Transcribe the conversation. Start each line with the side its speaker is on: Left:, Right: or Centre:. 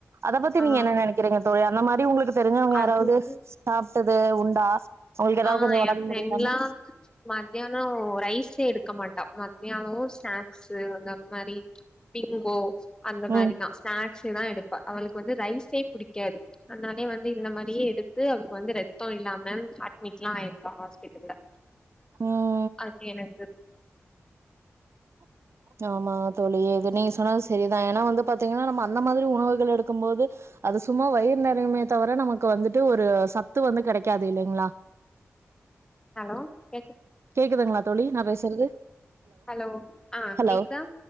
Right: அத பத்தி
Left: ஆ
Right: நீங்க என்ன நெனைக்குறீங்க தோழி அந்த மாரி உங்குளுக்கு தெரிஞ்சவுங்க யாராவது
Left: அதுவுமே
Right: சாப்ட்டது உண்டா உங்குளுக்கு எதாவது
Left: ஆ
Right: கொஞ்சோ ஒடம்பு
Left: என் ஃப்ரெண்ட்லா
Right: முடியலனா
Left: மத்தியானோ ரைஸ்ஸே எடுக்க மாட்டா மத்தியானோ ஸ்நாக்ஸு அந்த மாரி பிங்கோ அந்த மாரிதா
Right: ம்
Left: ஸ்நாக்ஸேதா எடுப்பா அவளுக்கு வந்து ரைஸே புடிக்காது அதனாலே வந்து இந்த மாரியே எடுத்து அவளுக்கு வந்து ரத்தோ இல்லாம அட்மிட்லா ஆயிருக்கா ஹாஸ்பிட்டல்ல
Right: ம்
Left: அது எனக்கு
Right: <inaudible> ஆமாங்க தோழி இது நீங்க சொன்னது செரிதா ஏன்னா வந்து பாத்தீங்கன்னா நம்ம அந்த மாதிரி உணவுகள் எடுக்கும் போது அது சும்மா வயிறு நெறயுமே தவிர நமக்கு வந்துட்டு ஒரு சத்து வந்து கெடைக்காது இல்லீங்களா
Left: ஹலோ கேக்கு
Right: கேக்குதுங்களா தோழி நா பேசுறது
Left: ஹலோ ஆ
Right: ஹலோ
Left: கேக்குதா